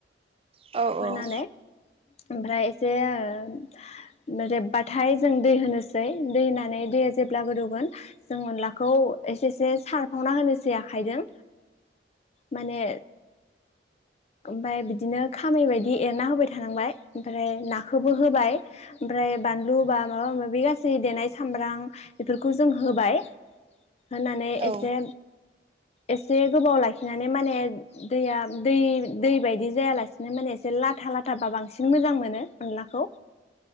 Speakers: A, on the right; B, on the left.
A: औ
B: होनानै
A: औ
B: ओमफ्राय एसे ओ रेबबाथाय जों दै होनोसै दै होनानै दैया जेब्ला गोदौगोन जों अनलाखौ एसे एसे सारफावना होनोसै आखाइजों माने। ओमफ्राय बिदिनो खामै बायदि एरना होबाय थानांबाय ओमफ्राय नाखौबो होबाय ओमफ्राय बानलु बा माबा माबि गासै देनाय सामब्राम बेफोरखौ जों होबाय होनानै
A: औ
B: एसे एसे गोबाव लाखिनानै माने दैया दै दै बायदि जायालासिनो माने एसे लाथा लाथाबा बांसिन मोजां मोनो अनलाखौ।